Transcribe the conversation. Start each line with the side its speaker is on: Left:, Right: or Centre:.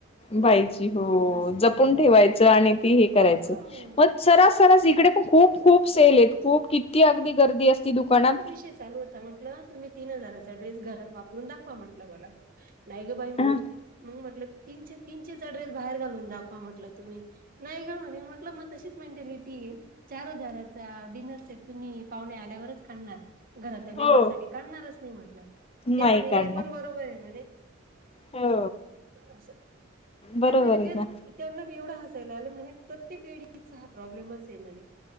Left: बाईची हो
Right: असं
Left: जपून ठेवायचं आणि ती हे करायचं
Right: ह
Left: मगं सरा सरास इकडे पण खूप सेल आहेत खूप किती अगदी गर्दी असती दुकानात.
Right: चालुत त म्हटलं तुम्ही तीन हजार ड्रेस घरात वापरून दाखवा म्हटलं मला. नाय ग बाई म्हणे
Left: ह
Right: मग म्हटलं ती तीनशेचा ड्रेस बाहेर घालून दाखवा म्हटलं तुम्ही. नाही गं म्हणे म्हटलं मग तशीच मेंटॅलिटी चार हजाराचा डिनर सेट तुम्ही पाहुणे आल्यावरचं काढणार घरातल्या मेंबर
Left: हो
Right: साठी काढणारचं नाही म्हटलं. त्या
Left: नाही
Right: म्हणे
Left: काढणार
Right: हे पण बरोबर म्हणे.
Left: हो
Right: असं
Left: बरोबर
Right: त्यांना बी
Left: आहे
Right: तेच
Left: ना
Right: त्यांना बी एवढ हसायला आलं म्हणे प्रत्येक लेडीचा हा प्रॉब्लेमच आहे म्हणे.